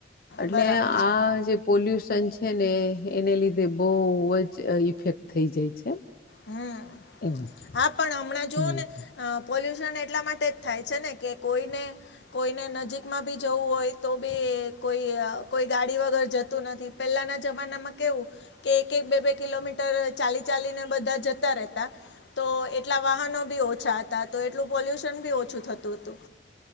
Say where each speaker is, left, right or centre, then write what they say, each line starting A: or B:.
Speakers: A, on the left; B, on the left.
A: એટલે
B: બરાબર છે
A: આ જે પોલ્યુશન છે ને એને લીધે બહુ જ ઇફેક્ટ થઈ જાય છે.
B: હમ
A: એવું
B: હા પણ હમણાં
A: હમ
B: જોવો ને પોલ્યુશન એટલા માટે જ થાય છે ને કે કોઈને કોઈને નજીકમાં બી જવું હોય તો બી કોઈ કોઈ ગાડી વગર જતું નથી પેલાના જમાનામાં કેવું કે એક એક બે બે કિલોમીટર ચાલી ચાલીને બધા જતા રહેતા તો એટલા વાહનો બી ઓછા હતા તો એટલું પોલ્યુશન બી ઓછું થતું